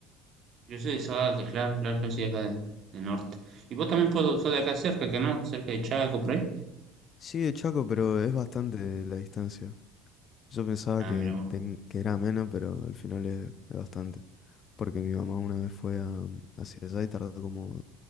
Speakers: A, on the right; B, on the left.
A: Yo soy de Salta, claro, claro, yo soy de acá de- del norte. Y vos también puedo sos de acá cerca, que no? Cerca de Chaco, por ahí.
B: Sí, de Chaco, pero es bastante la distancia. Yo pensaba
A: Ah,
B: que,
A: mira vos.
B: ten- que era menos, pero al final es, es bastante. Porque mi mamá una vez fue a, hacia allá y tardó como